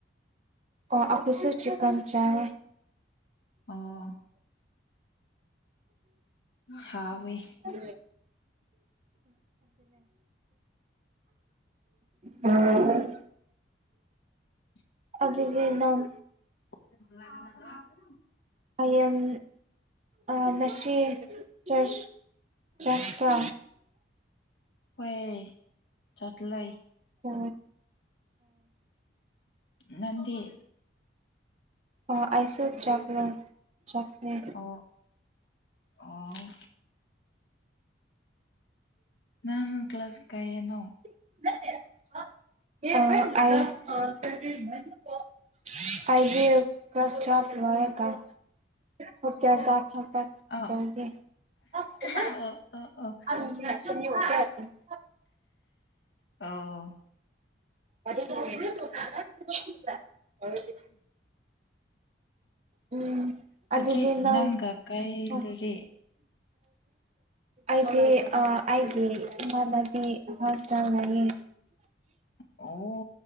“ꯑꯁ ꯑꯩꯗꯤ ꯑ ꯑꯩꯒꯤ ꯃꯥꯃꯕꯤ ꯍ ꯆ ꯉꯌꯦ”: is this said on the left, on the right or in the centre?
Right